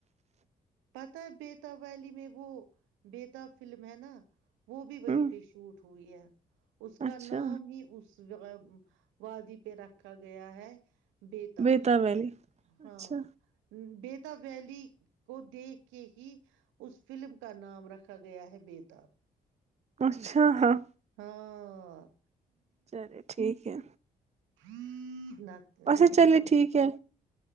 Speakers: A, on the right; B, on the right.
A: پتا ہے بیتا ویلی میں وہ بیتاب فلم ہے نا وہ بھی وہیں
B: ہ
A: پہ شوٹ ہوئی ہے اس کا
B: اچھا
A: نام ہی اس وہ وادی پہ رکھا گیا ہے بیتاب
B: بیتا ویلی
A: ہاں
B: اچھا
A: بیتاب ویلی کو دیکھ کے ہی اس فلم کا نام رکھا گیا ہے بیتاب
B: اچھا ہاں
A: ہاں
B: چلے ٹھیک ہے
A: <inaudible> ل
B: اچھا
A: یہ
B: چلیے
A: تونا
B: ٹھیک ہے